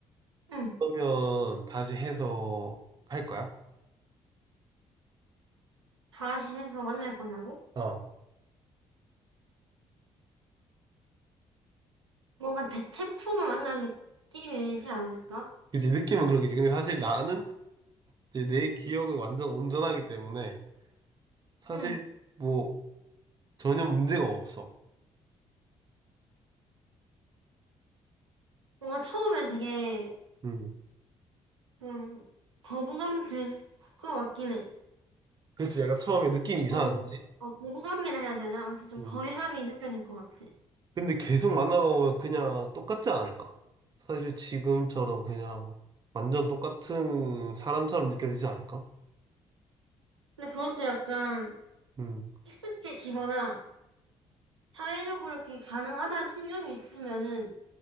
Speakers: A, on the right; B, on the right.
A: 응.
B: 그러면 다시 해서 할 거야?
A: 다시 해서 만날 거냐고?
B: 어
A: 뭔가 대체품을 만난 느낌이지 않을까?
B: 그치, 느낌은 그렇겠지. 근데 사실 나는 이제 내 기억은 완전 온전하기 때문에 사실
A: 응.
B: 뭐 전혀 문제가 없어.
A: 뭔가 처음엔 되게
B: 음.
A: 좀 거부감 들 것 같긴 해.
B: 그치, 약간 처음에 느낌이 이상하겠지?
A: 어, 어, 거부감이라 해야 되나? 아무튼 좀
B: 음.
A: 거리감이 느껴질 것 같아.
B: 근데 계속 만나다 보면 그냥 똑같지 않을까? 사실 지금처럼 그냥 완전 똑같은 사람처럼 느껴지지 않을까?
A: 근데 그것도 약간
B: 음.
A: 익숙해지거나 사회적으로 그게 가능하다는 통념이 있으면은